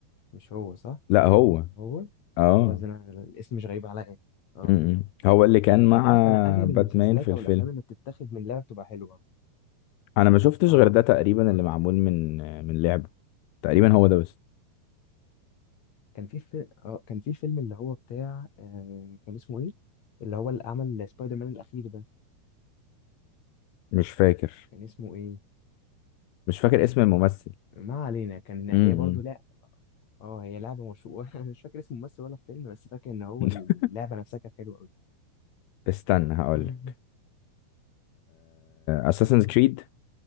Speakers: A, on the left; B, on the left.
A: مش هو صح
B: لا هو
A: هو
B: اه
A: اه ده أنا الاسم مش غريب عليا اه
B: م-م. هو اللي كان مع
A: انت عارف انا اغلب
B: باتمان
A: المسلسلات
B: في الفيلم
A: او الافلام اللي بتتاخد من لعبه بتبقى حلوه
B: انا ما شفتش
A: اه
B: غير ده تقريبا
A: انا افتكرت
B: اللي معمول
A: كده
B: من من لعبة تقريبا هو ده بس
A: كان في في... اه كان في فيلم اللي هو بتاع آه... كان اسمه ايه اللي هو اللي عمل سبايدر مان الاخير ده
B: مش فاكر
A: كان اسمه ايه
B: مش فاكر اسم الممثل
A: ما علينا كان هي
B: م-م.
A: برضو لا اه هي لعبه مشهوره <laughs> انا مش فاكر اسم الممثل ولا الفيلم بس فاكر ان هو
B: <laughs>
A: اللعبه نفسها كانت حلوه قوي
B: استنى هقول
A: <laughs>
B: لك اساسنز كريد